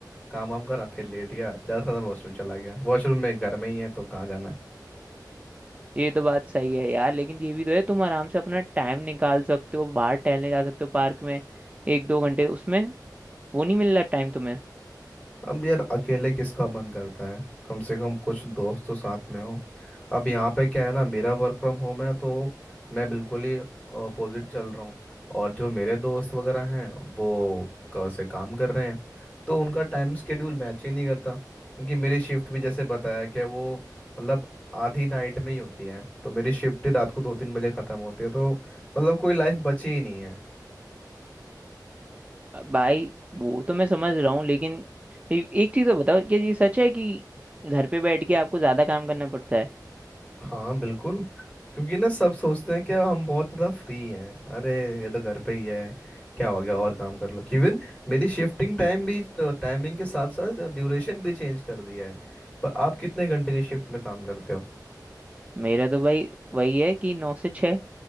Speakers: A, on the left; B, on the right.
A: काम वाम करा फिर लेट गया ज़्यादा से ज़्यादा वॉशरूम चला गया वॉशरूम में घर में ही है तो कहाँ जाना है
B: ये तो बात सही है यार लेकिन ये भी तो है तुम आराम से अपना टाइम निकाल सकते हो बाहर टहलने जा सकते हो पार्क में एक दो घंटे उसमें वो नहीं मिल रहा टाइम तुम्हें
A: अब यार अकेले किसका मन करता है कम से कम कुछ दोस्त तो साथ में हो अब यहाँ पे क्या है ना मेरा वर्क फ्रॉम होम है तो मैं बिल्कुल ही अपोजिट चल रहा हूँ और जो मेरे दोस्त वगैरह हैं वो क- से काम कर रहे हैं तो उनका टाइम स्केड्यूल मैच ही नहीं करता क्योंकि मेरी शिफ्ट भी जैसे बताया कि वो मतलब आधी नाइट में ही होती है तो मेरी शिफ्ट रात को दो तीन बजे ख़त्म होती है तो मतलब कोई लाइफ बची ही नहीं
B: भाई वो तो मैं समझ रहा हूँ लेकिन ए- एक चीज़ तो बताओ क्या ये सच है कि घर पे बैठ के आपको ज्यादा काम करना पड़ता है
A: हाँ बिल्कुल क्योंकि ना सब सोचते हैं कि हम बहुत ज़्यादा फ्री हैं अरे ये तो घर पे ही है क्या हो गया और काम कर लो इवन मेरी शिफ्टिंग टाइम भी तो टाइमिंग के साथ साथ ड्यूरेशन भी चेंज कर दिया है पर आप कितने घंटे की शिफ्ट में काम करते हो
B: मेरा तो भाई वही है कि नौ से छः